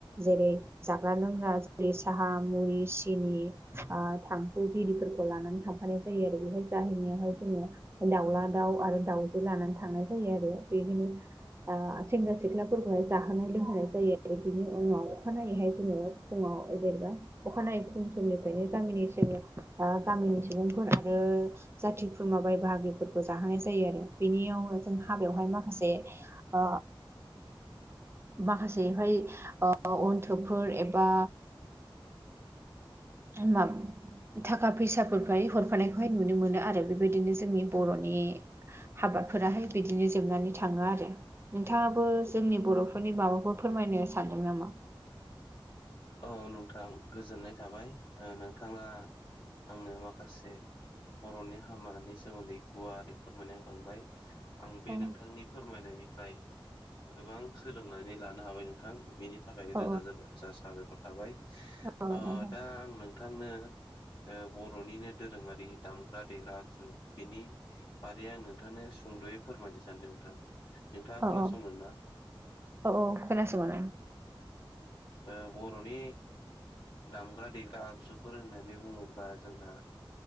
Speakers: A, on the right (about 25°); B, on the left (about 50°).
A: जेरै जाग्रा लोंग्रा जेरै साहा मुरि सिनि थांखु ओ बिरिफोरखौ लानानै थांफानाय जायो आरो बेहाय जाहैनायावहाय जोङो दाउला दाउ आरो दाउजो लानानै थांनाय जायो आरो बेखिनो ओ सेंग्रा सिख्लाफोरखौहाय जाहोनाय लोंहोनाय जायो बिनि उनाव अखानायैहाय जोङो फुङाव जेनैबा अखानायै फुं समनिफ्रायनो गामिनि गामिनि सुबुंफोर आरो जाथि खुरमा बाय बाहागिफोरखौ जाहोनाय जायो आरो बेनियावनो जों हाबायावहाय माखासे ओ माखासेहाय अन्थोबफोर एबा <unintelligible> थाखा फैसाफोराय हरफानायखौहाय नुनो मोनो आरो बेबायदिनो जोंनि बर'नि हाबाफोराहाय बिदिनो जोबनानै थाङो आरो नोंथाङाबो जोंनि बर'फोरनि माबाखौ फोरमायनो सानदों नामा
B: औ नोंथां गोजोननाय थाबाय ओ नोंथाङा आंनो माखासे बर'नि हामानि सोमोन्दै गुवारै फोरमायना लांबाय आं बे
A: औ
B: नोंथांनि फोरमायनायनिफ्राय गोबां सोलोंनानै लानो हाबाय नोंथां बेनि थाखाय
A: औ
B: रोजा रोजा साबायखर थाबाय
A: औ
B: ओ
A: नोंथां
B: दा आं नोंथांनो बर'निनो दोरोङारि दामग्रा देग्रा आगजु बेनि बारै आं नोंथांनो सुंद'यै फोरमायनो सानदों नोंथां नोंथाङा
A: औ
B: खोनासंगोन
A: औ
B: ना
A: औ औ खोनासंगोन
B: ओ बर'नि दामग्रा देग्रा आगजुफोर होननानै बुङोब्ला जोंहा